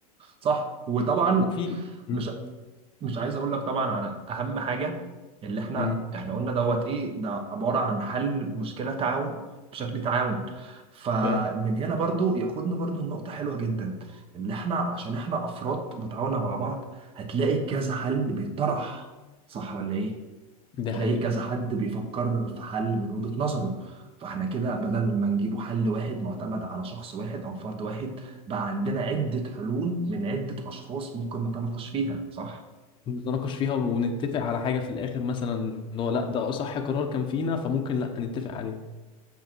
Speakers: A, on the right (about 30°); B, on the left (about 25°).
A: صح وطبعا
B: وفي امم
A: مش مش عايز اقول لك طبعا على اهم حاجه اللي احنا
B: امم
A: احنا قلنا دوت ايه ده عباره عن حل مشكله تعاون بشكل تعاون فمن
B: فاهم
A: هنا برضو ياخدنا برضو النقطة حلوة جدا اللي احنا عشان احنا افراد متعاونة مع بعض هتلاقي كذا حل بيطرح صح ولا ايه؟
B: ده
A: هتلاقي
B: حقيقي
A: كذا حد بيفكر في حل من وجهة نظره فاحنا كده بدل ما نجيبه حل واحد معتمد على شخص واحد او فرد واحد بقى عندنا عدة حلول من عدة اشخاص ممكن نتناقش فيها صح
B: نتناقش فيها ونتفق على حاجة في الآخر مثلا إن هو لأ ده صح قرار كان فينا فممكن لأ نتفق عليه